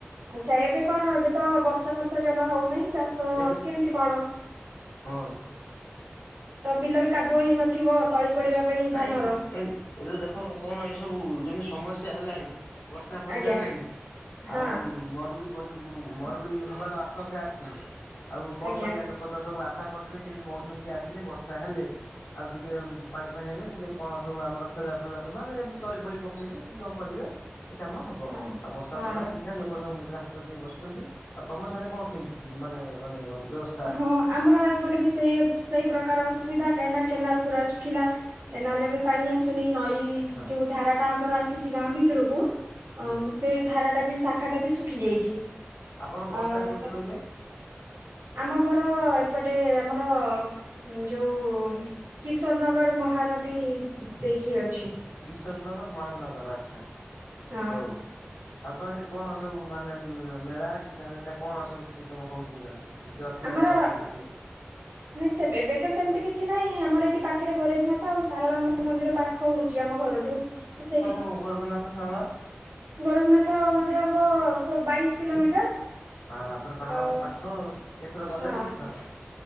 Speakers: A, on the right (about 80°); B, on the left (about 80°).
A: ଆଚ୍ଛା ଏବେ କଣ ଏବେ ତ ବର୍ଷା ବର୍ଷା ଜମା ହଉନାହିଁ ଚାଷ
B: ଏବେ
A: କେମିତି କଣ?
B: ହଁ
A: ତ ବିଲ ବି କାଦୁଅ ହେଇ ନଥିବ ତଳି ପଡିବା ପାଇଁ
B: ନାଇଁ
A: ଧାନର
B: ଏବେ ତ ଦେଖ କଣ ଏଇ ସବୁ ଯେମିତି ସମସ୍ୟା ହେଲାଣି ବର୍ଷା ଫର୍ଷା
A: ଆଜ୍ଞା
B: ନାହିଁ
A: ହଁ
B: ଆଉ ମରୁଡି ମରୁଡି ହବାର ଆଶଙ୍କା ଅଛି ଆଉ କଣ
A: ଆଜ୍ଞା
B: କରିବା ଲୋକ। ଲୋକ ତ ସବୁ ଆଶା କରିଛନ୍ତି କେମିତି ମୌସୁମୀ ଟଏ ଆସିଲେ ବର୍ଷା ହେଲେ ଆଉ ଟିକିଏ ପାଣି ମଣି ହେଲେ ଟିକେ କଣ ସବୁ ଆମର ଖେଳଆ ଫେଳିଆ ସବ ମାନ ଯେମତି ତଳି ଫଳି ପକେଇବେ କି କଣ କରିବେ ସେ କାମ ହବ
A: ହଁ।
B: ଅବସ୍ତା
A: ହଁ
B: ତ ନାଇଁ କି ଲୋକ ସବୁ ମୁଣ୍ଡରେ ହାତ ଦେଇ ବସିଛନ୍ତି ଆଉ ତମ ସାଡରେ କଣ କେମିତି ମାନେ ମାନେ ବ୍ୟବସ୍
A: ହଁ ଆମର ଏପଟେ ବି ସେଇ ସେଇ ପ୍ରକାର ଅସୁବିଧା କାହିଁକିନା କେନାଲ ପୁରା ଶୁଖିଲା କେନାଲ ରେ ବି ପାଣି ଆସୁନି ନଈ
B: ହଁ
A: ଯୋଉ ଧାରା ଟା ଆମର ଆସିଛି ଗାଁ ଭିତରକୁ ଅ
B: ହୁଁ
A: ସେ ଧାରା ଟା ବି ଶାଖା ଟା ବି ଶୁଖି ଯାଇଛି।
B: ଆପଣଙ୍କ ଘରଟା
A: ଅ
B: କୋଉଠି
A: ତ
B: କହିଲେ?
A: ଆମ ଘର ଏପଟେ ଆମର ଯୋଉ କିଶୋର ନଗର ମହାନଦୀ ଦେଇକି ଅଛି।
B: ଈଶ୍ୱର ନଗର ମହାନଗର ଆଚ୍ଛା
A: ହଁ
B: ହଉ ଆଉ ତମେ ସେଠି କଣ ସବୁ ମାନେ ମେଳା କି କଣ ସବୁ ସେଠି ତମ ହଉଛି ନା କିଛି ଅଛି
A: ଆମର
B: ନା ଇଏ?
A: ନାଇଁ ସେ ଏବେ ତ ସେମିତି କିଛି ନାହିଁ ଆମର ଏଇଠି ପାଖରେ ଗୋରେଖନାଥ ଆଉ ସାରଳାଙ୍ଗ ମନ୍ଦିର ପାଖ ହଉଛି ଆମ ଘରଠୁ ତ ସେଇଠି
B: ଗୋରେଖନାଥ ତ ସଳ
A: ଗୋରଖନାଥ ବୋଧେ ହବ କୋ ବାଇଶ୍ କିଲୋମିଟର।
B: ହଁ ହ ପୁରା ପାଖ
A: ଆଉ
B: ପାଖ କେତେଥର ଗଲେଣି
A: ହଁ
B: କେତେଥର?